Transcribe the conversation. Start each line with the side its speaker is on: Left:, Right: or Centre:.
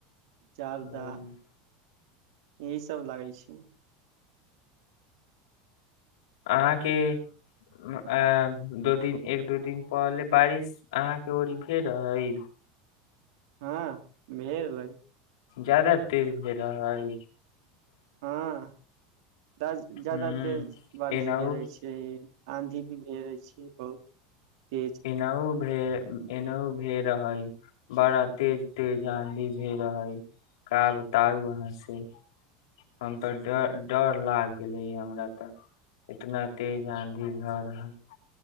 Right: जार्दा
Left: ओ,
Right: यही सब लागै छै
Left: अहाँके अ- दू दिन एक दू दिन पहले बारिश अहाँके ओड़ी भेल रहै
Right: हाँ भेलै
Left: ज्यादा तेज भेल रहै
Right: हाँ ज्य-ज्यादातेज
Left: ह
Right: बारिश
Left: एनाहु
Right: भए रहै छै आँधी भी घेरै छियै बहुत तेज
Left: ई नौ भे ई- नौ भेए रहै बड़ा तेज तेज आंधी भए रहै का बताउ अहाँ से हम तऽ ड- डर लागि गेलैए हमरा तऽ इतना तेज आँधी भए रहै